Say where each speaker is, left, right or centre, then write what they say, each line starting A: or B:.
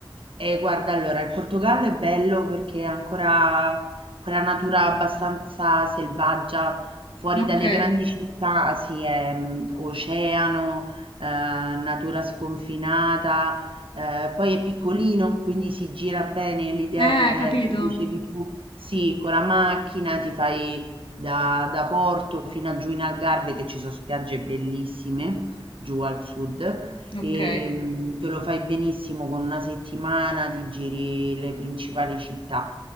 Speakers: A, on the right; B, on the left.
A: Eh, guarda, allora, il Portogallo è bello perché ha ancora quella natura abbastanza selvaggia, fuori
B: Ok.
A: dalle grandi città, sì, è mh, oceano, eh, natura sconfinata, eh, poi è piccolino, quindi si gira bene. L'idea
B: Eh,
A: che
B: capito.
A: che dicevi tu, sì, con la macchina ti fai da, da Porto fino a giù in Algarve, che ci sono spiagge bellissime, giù al sud.
B: Ok.
A: Ehm, te lo fai benissimo con una settimana, ti giri le principali città